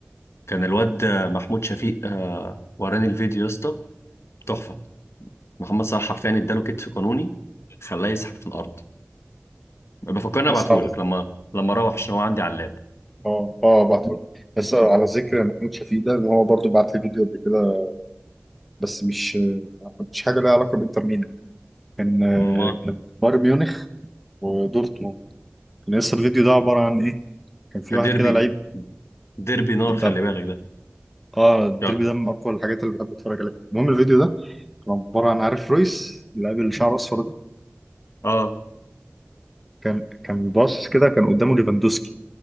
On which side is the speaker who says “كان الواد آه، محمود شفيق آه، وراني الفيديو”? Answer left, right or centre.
Left